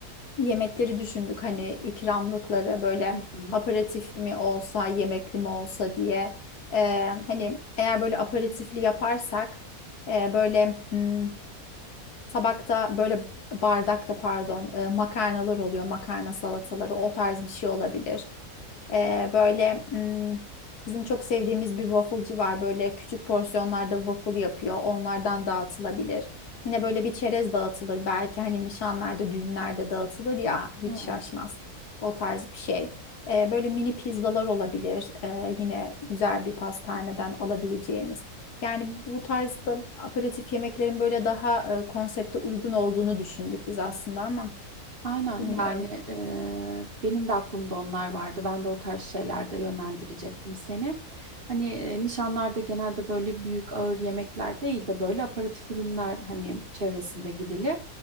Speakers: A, on the left; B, on the right.
A: yemekleri düşündük hani ikramlıkları böyle
B: Hı hı.
A: aperatif mi olsa yemekli mi olsa diye. Ee, hani eğer böyle aperatifli yaparsak e, böyle... hmm, Tabakta böyle bardakta pardon e, makarnalar oluyor. Makarna salataları o tarz bir şey olabilir. Ee, böyle hmm, bizim çok sevdiğimiz bir wafflecı var. Böyle küçük porsiyonlarda waffle yapıyor. Onlardan dağıtılabilir. Yine böyle bir çerez dağıtılır. Belki hani nişanlarda, düğünlerde dağıtılır ya hiç
B: Evet.
A: şaşmaz. O tarz bir şey. Ee, böyle mini pizzalar olabilir. Ee, yine güzel bir pastaneden alabileceğimiz. Yani bu tarzda aperatif yemeklerin böyle daha e, konsepte uygun olduğunu düşündük biz aslında ama
B: Aynen
A: bilmiyorum.
B: yani eee, benim de aklımda onlar vardı. Ben de o tarz şeylerde yönlendirecektim seni. Hani e, nişanlarda genelde böyle büyük ağır yemekler değil de böyle aperatif ürünler hani çevresinde gidilir.